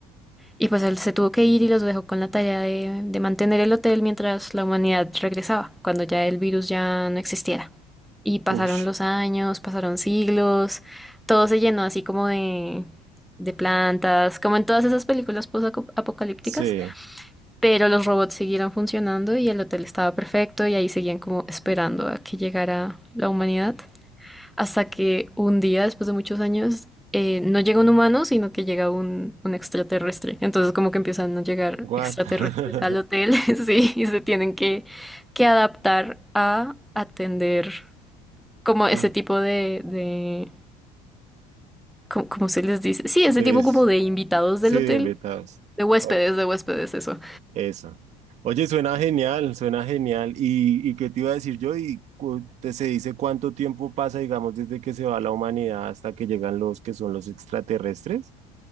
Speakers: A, in the centre; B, on the right (about 45°).
A: Y pues él se tuvo que ir y los dejó con la tarea de, de mantener el hotel mientras la humanidad regresaba, cuando ya el virus ya no existiera. Y pasaron
B: ush.
A: los años, pasaron siglos, todo se llenó así como de, de plantas, como en todas esas películas post-apocalípticas,
B: Sí.
A: pero los robots siguieron funcionando y el hotel estaba perfecto y ahí seguían como esperando a que llegara la humanidad. Hasta que un día, después de muchos años, eh, no llega un humano, sino que llega un, un extraterrestre. Entonces como que empiezan a llegar
B: What?
A: extraterrestres
B: <laughs>
A: al hotel, <laughs> sí, y se tienen que, que adaptar a atender como
B: Ah,
A: ese tipo de, de ¿cómo, cómo se les dice? Sí, ese
B: Des,
A: tipo como de invitados
B: sí,
A: del
B: de
A: hotel,
B: invitados.
A: de huéspedes,
B: Oye,
A: de huéspedes, eso.
B: Eso. Oye, suena genial, suena genial. ¿Y, y qué te iba a decir yo? ¿Y cu- te, se dice cuánto tiempo pasa, digamos, desde que se va la humanidad hasta que llegan los que son los extraterrestres?